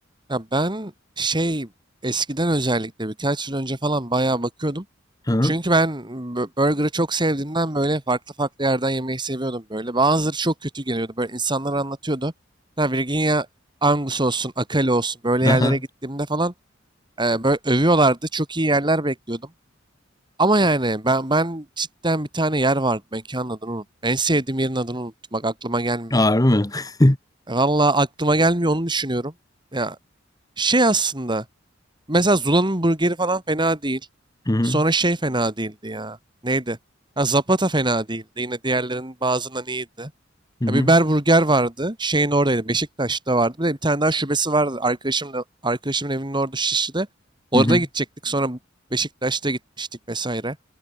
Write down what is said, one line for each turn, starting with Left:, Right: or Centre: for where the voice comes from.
Right: Ya ben şey eskiden özellikle birkaç yıl önce falan bayağı bakıyordum.
Left: Hı?
Right: Çünkü ben bö- burgerı çok sevdiğimden böyle farklı farklı yerden yemeyi seviyordum böyle. Bazıları çok kötü geliyordu. Böyle insanlar anlatıyordu. Ya Virginia Angus olsun, Akali olsun böyle
Left: Aha.
Right: yerlere gittiğimde falan e, böyle övüyorlardı. Çok iyi yerler bekliyordum. Ama yani ben ben cidden bir tane yer vardı. Mekanın adını unuttum. En sevdiğim yerin adını unuttum. Bak aklıma gelmiyor.
Left: Ağır mı? <laughs>
Right: E, Vallahi aklıma gelmiyor onu düşünüyorum. Ya şey aslında. Mesela Zula'nın burgeri falan fena değil.
Left: Hı hı.
Right: Sonra şey fena değildi ya. Neydi? Ha, Zapata fena değildi. Yine diğerlerinin bazılarından iyiydi.
Left: Hı hı.
Right: Ya biber burger vardı. Şeyin oradaydı. Beşiktaş'ta vardı. Bir de bir tane daha şubesi vardı. Arkadaşımın, arkadaşımın evinin orada Şişli'de. Orada
Left: Hı hı.
Right: gidecektik. Sonra Beşiktaş'ta gitmiştik vesaire.